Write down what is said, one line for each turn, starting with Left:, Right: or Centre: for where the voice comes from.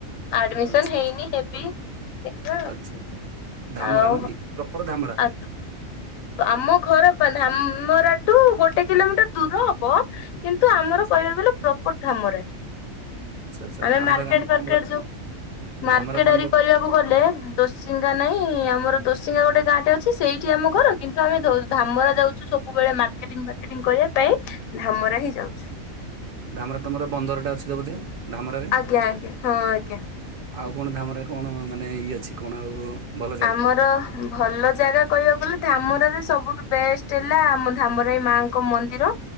Left: ଆଡମିସନ
Right: ଆଚ୍ଛା
Left: ହେଇନି
Right: ଆଚ୍ଛା
Left: ହେବି ଦେଖିବା।
Right: ଆଚ୍ଛା ଆଚ୍ଛା ଧାମରା
Left: ଆଉ
Right: ନୁହଁ କି ପ୍ରପର ଧାମରା
Left: ଆ -ଆମ ଘର ଧାମରା। ତୁ ଗୋଟେ କିଲୋମିଟର ଦୂର ହବ କିନ୍ତୁ ଆମର
Right: ଆଚ୍ଛା
Left: କହିବାକୁ ଗଲେ ପ୍ରପର ଧାମରା ରେ।
Right: ଆଚ୍ଛା ଆଚ୍ଛା
Left: ଆମେ
Right: ଧାମରାରେ
Left: ମାର୍କେଟ
Right: ଆମର
Left: ପାର୍କେଟ
Right: ତମର
Left: ଯାଉ। ମାର୍କେଟ
Right: ଧାମରା ତ
Left: ଆରରି
Right: ଆମର
Left: କରିବାକୁ ଗଲେ ଦୋସିଙ୍ଗା ନାଇଁ ଆମର ଦୋ ଦୋ ଗୋଟେ ଗାଁଟେ ଅଛି ସେଇଠି ଆମ ଘର କିନ୍ତୁ ଆମେ ଧାମରା ଯାଉଛୁ ସବୁବେଳେ ମାର୍କେଟିଂ ଫାର୍କେଟିଂ କରିବା ପାଇଁ। ଉଁ ଧାମରା ହେଇ ଯାଉଛୁ।
Right: ଧାମରା ତମର ବନ୍ଦରଟା ଅଛି ତ ବୋଧେ। ଧାମରାରେ
Left: ଆଜ୍ଞା ଆଜ୍ଞା ହଁ ଆଜ୍ଞା।
Right: ଆଉ କଣ ଧାମରାରେ କଣ ମାନେ ଇଏ ଅଛି କଣ ଆଉ ଭଲ ଜାଗା
Left: ଆମର ଭଲ ଜାଗା କହିବାକୁ ଗଲେ ଧାମରରେ ସବୁଠୁ ବେଷ୍ଟ ହେଲା ଆମ ଧାମରାଇ ମାଙ୍କ ମନ୍ଦିର।